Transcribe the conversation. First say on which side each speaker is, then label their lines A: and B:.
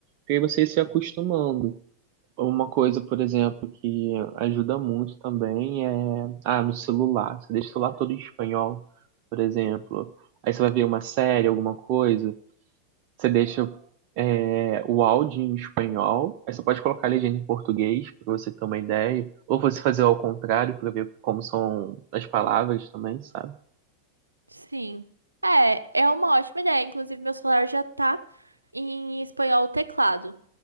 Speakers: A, on the right; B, on the right.
A: E aí você ir se acostumando. Uma coisa, por exemplo, que ajuda muito também é, ah, no celular, você deixa o celular todo em espanhol, por exemplo. Aí você vai ver uma série, alguma coisa, você deixa é, o áudio em espanhol, aí você pode colocar a legenda em português, para você ter uma ideia. Ou você fazer ao contrário, para ver como são as palavras também, sabe?
B: Sim. É, é uma ótima ideia. Inclusive, meu celular já tá em espanhol o teclado.